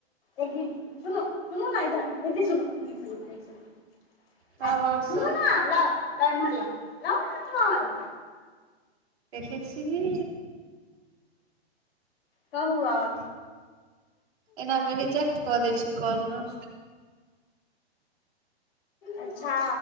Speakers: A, on the left (about 65°); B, on the right (about 70°).
A: एकदिन सुनू सुनू ने इधर <unintelligible> सुनू <unintelligible>
B: तब
A: आ
B: आओर
A: सुनू
B: सब
A: ने लाउ, लाउ इम्हर लाउ, लाउ ने इम्हर
B: देखै छीही
A: कहू और
B: एना मे रिजेक्ट कऽ दै छै कॉल न
A: अच्छा